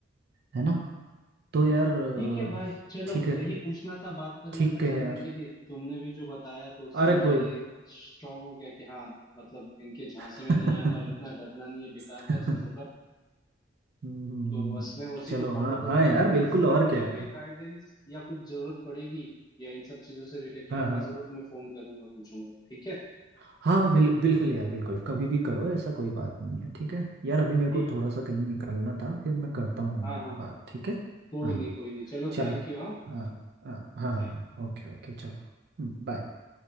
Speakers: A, on the right; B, on the left.
A: है ना तो यार अ,
B: ठीक है भाई चलो
A: ठीक है
B: यही पूछना था बात करना
A: ठीक
B: था
A: है
B: जानने
A: यार
B: के लिए तुमने भी जो बताया तो उससे
A: अरे
B: मेरा
A: कोई
B: ये स्ट्रांग हो गया कि हाँ मतलब इनके झांसे
A: <laughs>
B: में नहीं आना और इतना डरना नहीं है बेकार का
A: हम्म
B: चीजों का
A: हम्म,
B: तो बस मैं उसी
A: चलो
B: को फॉलो
A: हाँ
B: करूंगा
A: हाँ यार
B: इन
A: बिल्कुल
B: केस अगर
A: और
B: मुझे
A: क्या
B: कोई गाइडेंस या कुछ जरूरत पड़ेगी या इन सब चीजों से रिलेटेड
A: हाँ
B: तो
A: हाँ
B: मैं
A: हाँ
B: जरूर तुम्हें फोन करूंगा पूछूंगा ठीक है
A: हाँ, बिल, बिल्कुल यार बिल्कुल कभी भी करो ऐसा कोई बात नहीं है ठीक है यार अभी मेरे को
B: ठीक
A: थोड़ा सा कहीं निकलना था फिर मैं करता हूँ
B: हाँ हाँ
A: बात ठीक है
B: कोई
A: हाँ
B: नहीं कोई नहीं चलो
A: चलो
B: थैंक
A: हाँ
B: यू हाँ
A: हाँ हाँ हाँ हाँ, हाँ, हाँ,
B: थैंक
A: हाँ, हाँ, ओके ओके चलो हम्म, बाय